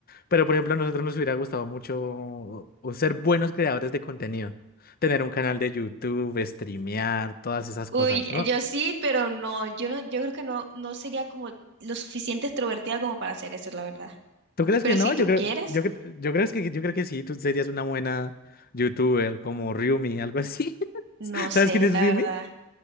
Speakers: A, on the left (about 45°); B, on the right (about 55°).
A: pero por ejemplo, a nosotros nos hubiera gustado mucho o o ser buenos creadores de contenido, tener un canal de YouTube, streamear, todas esas
B: Uy,
A: cosas, ¿no?
B: yo sí, pero no, yo no, yo creo que no, no sería como lo suficiente extrovertida como para hacer eso, la verdad.
A: ¿Tú crees
B: Pero
A: que no?
B: si tú
A: Yo creo,
B: quieres.
A: yo, cre- yo creo que, yo creo que sí, tú serías una buena YouTuber como Ryumi, algo así.
B: No
A: <laughs>
B: sé,
A: ¿Sabes quién es
B: la
A: Ryumi?
B: verdad.